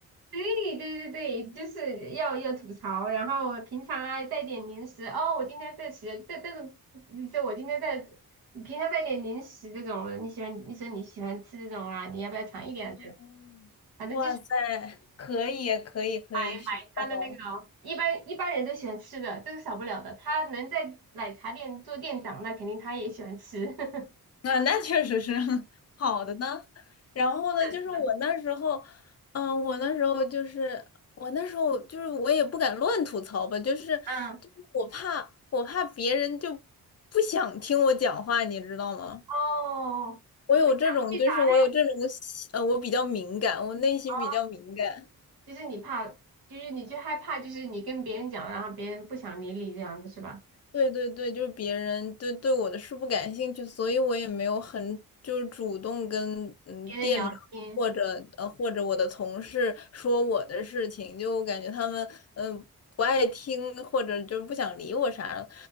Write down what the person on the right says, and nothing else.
对对对对，就是要要吐槽，然后平常啊带点零食哦，我今天在吃这这种，你说我今天在，你平常带点零食这种的你喜欢你说你喜欢吃这种啊，你要不要尝一点这种？
反正就是。
买买他的那个，
一般一般人都喜欢吃的，这个少不了的。他能在奶茶店做店长，那肯定他也喜欢吃。<laughs> 是
的，
是的，
嗯，
哦，
为啥为啥嘞？
哦，就是你怕，就是你就害怕，就是你跟别人讲，然后别人不想理你这样子是吧？
别人聊天，